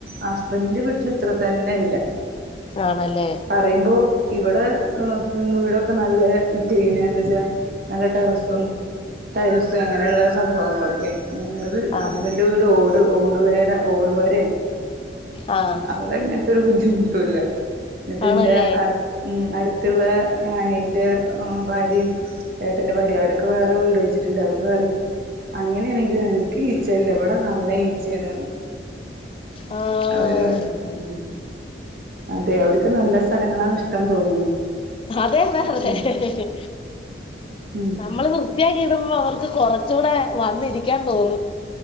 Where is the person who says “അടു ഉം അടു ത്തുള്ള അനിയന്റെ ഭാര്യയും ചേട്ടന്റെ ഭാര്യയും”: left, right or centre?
Right